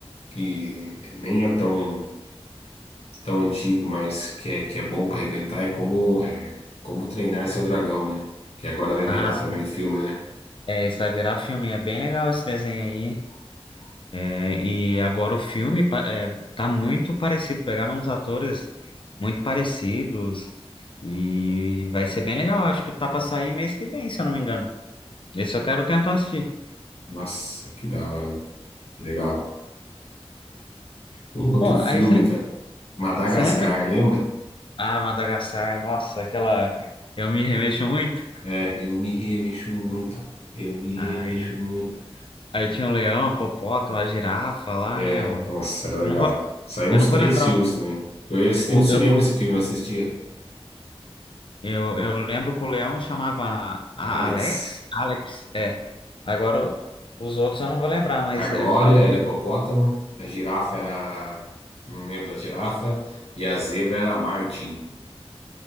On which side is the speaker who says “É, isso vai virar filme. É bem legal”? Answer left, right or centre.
Left